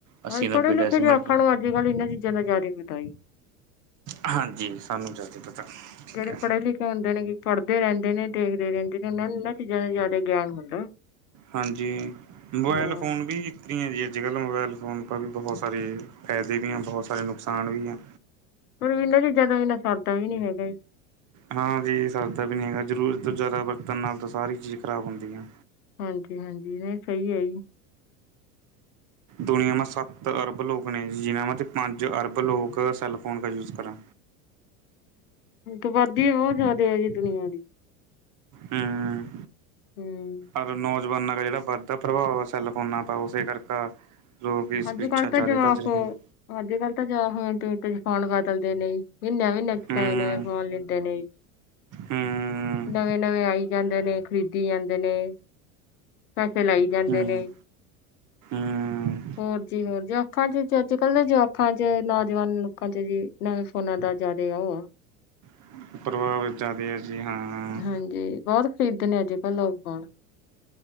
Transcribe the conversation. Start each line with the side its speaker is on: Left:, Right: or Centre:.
Right: ਅੱਸੀ
Left: ਅ
Right: ਨੱਬੇ
Left: ਪੜ੍ਹੇ ਲਿਖੇ
Right: ਡੈਸੀਮਲ
Left: ਚ ਆਖਣ
Right: ਕੀ
Left: ਲ ਅੱਜ ਕੱਲ ਇਹਨਾਂ ਚੀਜ਼ਾਂ ਦਾ ਜ਼ਿਆਦਾ ਬਤਾਈ
Right: ਹਾਂਜੀ ਸਾਨੂੰ ਜ਼ਿਆਦਾ ਪਤਾ ਠੀਕ
Left: ਜਿਹੜੇ
Right: ਹੈ
Left: ਪੜ੍ਹੇ ਲਿਖੇ ਹੁੰਦੇ ਨੇ ਕਿ ਪੜ੍ਹਦੇ ਰਹਿੰਦੇ ਦੇ ਨੇ ਦੇਖਦੇ ਰਹਿੰਦੇ ਨੇ ਉਹਨਾਂ ਨੂੰ ਇਹਨਾਂ ਚੀਜ਼ਾਂ ਦਾ ਜ਼ਿਆਦਾ ਗਿਆਨ ਹੁੰਦਾ
Right: ਹਾਂਜੀ ਮੋਬਾਇਲ
Left: ਹਾਂ
Right: ਫੋਨ ਵੀ ਰੀਆਂ ਅੱਜ ਕੱਲ੍ਹ ਮੋਬਾਇਲ ਫੋਨ ਵੀ ਬਹੁਤ ਸਾਰੇ ਫਾਇਦੇ ਵੀ ਆ ਬਹੁਤ ਸਾਰੇ ਨੁਕਸਾਨ ਵੀ ਆ।
Left: ਪਰ ਇਹਨਾਂ ਚੀਜ਼ਾਂ ਤੋਂ ਬਿਨਾਂ ਸਰਦਾ ਵੀ ਨੀ ਹੈਗਾ।
Right: ਹਾਂ ਜੀ ਸਰਦਾ ਵੀ ਨਹੀਂ ਹੈਗਾ ਜ਼ਰੂਰ ਤੋਂ ਜ਼ਿਆਦਾ ਬਰਤਣ ਨਾਲ ਸਾਰੀ ਚੀਜ਼ ਖ਼ਰਾਬ ਹੁੰਦੀ ਆ।
Left: ਹਾਂਜੀ ਹਾਂਜੀ ਇਹ ਸਹੀ ਹੈ ਜੀ।
Right: ਦੁਨੀਆਂ ਮੇ ਸੱਤ ਅਰਬ ਲੋਕ ਨੇ ਜਿਨ੍ਹਾਂ ਮ ਪੰਜ ਅਰਬ ਲੋਕ ਸੈੱਲਫੋਨ ਦਾ ਯੂਜ ਕਰਾਂ
Left: ਆਬਾਦੀ ਬਹੁਤ ਜ਼ਿਆਦਾ ਆ ਜੀ ਦੁਨੀਆਂ ਦੀ
Right: ਹੂੰ
Left: ਹਮ
Right: ਅਰਨੋਜ ਜਮਾਨਾਂ ਦਾ ਜਿਹੜਾ ਵੱਧਦਾ ਪ੍ਰਭਾਵ ਆ ਸੈਲਫੋਨਾਂ ਦਾ ਉਸੇ ਕਰਕੇ ਲੋਕ ਇਸ
Left: ਅੱਜ
Right: ਪਿੱਛਾ
Left: ਕਲ
Right: ਜ਼ਿਆਦਾ
Left: ਤਾਂ ਜਵਾਕ
Right: ਭੱਜ ਰਹੇ
Left: ਹੋ
Right: ਹੈ
Left: ਅੱਜ ਕਲ੍ਹ ਤਾਂ ਜਵਾਕ ਹੋ ਮਿੰਟ ਮਿੰਟ ਚ ਫ਼ੋਨ ਵਾਸਤੇ ਨਿਕਲਦੇ ਨੀ। ਨਵੇਂ ਨਵੇਂ
Right: ਹਮ
Left: ਨਵੇਂ ਫੋਨ ਲੈਂਦੇ ਨੇ
Right: ਹਮ
Left: ਨਵੇਂ ਨਵੇਂ ਆਈ ਜਾਂਦੇ ਨੇ। ਖਰੀਦੀ ਜਾਂਦੇ ਨੇ। ਪੈਸੇ ਲਾਈ ਜਾਂਦੇ
Right: ਹਮ
Left: ਨੇ।
Right: ਹਮ
Left: ਹੋਰ ਜੀ ਹੋਰ ਜ ਅੱਖਾਂ ਚ ਅੱਜ ਕੱਲ ਦੇ ਜਵਾਕਾ ਚ ਨਾ ਜੀਵਾਨ ਨੂੰ ਲੋਕਾਂ ਚ ਜੀ ਨਵੇਂ ਫੋਨਾ ਦਾ ਜ਼ਿਆਦੇ ਆ ਉਹ
Right: <inaudible> ਜੀ ਹਾਂ-ਹ
Left: ਹਾਂਜੀ ਬਹੁਤ ਖਰੀਦਦੇ ਨੇ ਅੱਜ ਕੱਲ ਲੋਕ ਫੋਨ